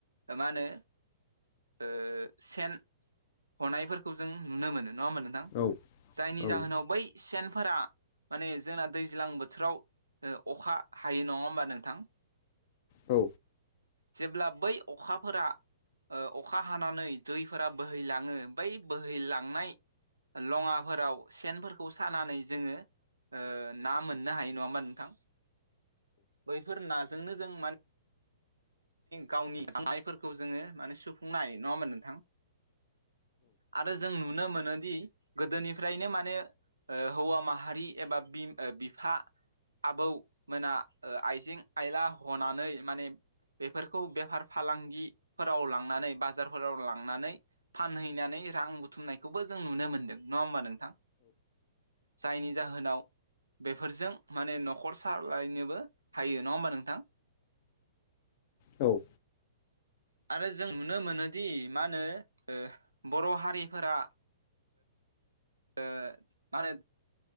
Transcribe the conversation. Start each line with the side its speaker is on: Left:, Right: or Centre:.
Right: मा होनो ओ सेन हनायफोरखौ जों नुनो मोनो नङा होमबा नों थां
Left: औ
Right: जायनि
Left: औ
Right: जाहोनाव बै सेनफोरा माने जोंना दैज्लां बोथोराव ओ अखा हायो नङा होमबा नोंथां
Left: औ
Right: जेब्ला बै अखाफोरा ओ अखा हानानै दैफोरा बोहैलाङो बै बोहैलांनाय लङाफोराव सेनफोरखौ सानानै जोङो ओ ना मोननो हायो नङा होमबा नोंथां बैफोर नाजोंनो जों माने गावनि जानायफोरखौ जोङो माने सुफुंनो हायो नङा होमबा नोंथां आरो जों नुनो मोनोदि गोदोनिफ्रायनो माने ओ हौवा माहारि एबा बि-बिफा आबौमोना आइजें आइला हनानै माने बेफोरखौ बेफार फालांगिफोराव लांनानै बाजारफोराव लांनानै फानहैनानै रां बुथुमनायखौबो जों नुनो मोनदों नङा होमबा नोंथां जायनि जाहोनाव बेफोरजों माने नखर सालायनोबो हायो नङा होमबा नोंथां
Left: औ
Right: आरो जों नुनो मोनोदि मा होनो ओ बर' हारिफोरा ओ मा होनो